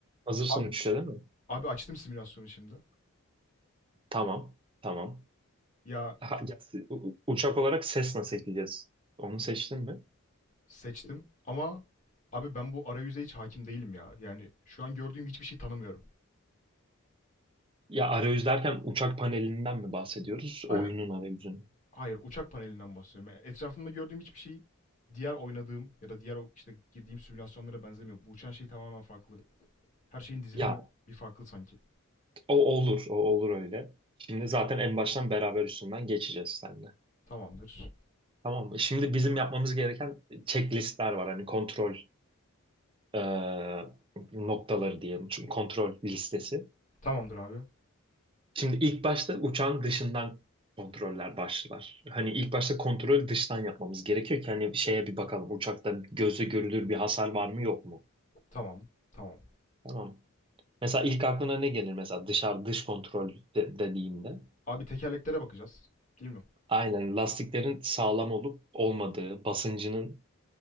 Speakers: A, on the right; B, on the left.
A: Hazırsın
B: Abi,
A: uçuşa değil mi?
B: abi açtım simülasyonu şimdi.
A: Tamam. Tamam.
B: Ya
A: Ha, ya, u- u- uçak olarak ses nasıl ekleyeceğiz? Onu seçtin mi?
B: seçtim ama abi ben bu arayüze hiç hakim değilim ya. Yani şu an gördüğüm hiçbir şey tanımıyorum.
A: Ya arayüz derken uçak panelinden mi bahsediyoruz?
B: Aynen.
A: Oyunun arayüzünü.
B: Hayır, uçak panelinden bahsediyorum. Yani Etrafımda gördüğüm hiçbir şey diğer oynadığım ya da diğer o- işte girdiğim simülasyonlara benzemiyor. Bu uçan şey tamamen farklı. Her şeyin dizilimi
A: Ya
B: bir farklı sanki.
A: o olur. O olur öyle. Şimdi zaten en baştan beraber üstünden geçeceğiz seninle.
B: Tamamdır.
A: Tamam mı? Şimdi bizim yapmamız gereken checklistler var. Hani kontrol e, noktaları diyelim. Çünkü kontrol listesi.
B: Tamamdır abi.
A: Şimdi ilk başta uçağın dışından kontroller başlar. Hani ilk başta kontrol dıştan yapmamız gerekiyor ki hani şeye bir bakalım uçakta gözle görülür bir hasar var mı yok mu?
B: Tamam. Tamam.
A: Tamam. Mesela ilk aklına ne gelir mesela dışarı dış kontrol de- dediğimde?
B: Abi tekerleklere bakacağız. Değil mi?
A: Aynen lastiklerin sağlam olup olmadığı, basıncının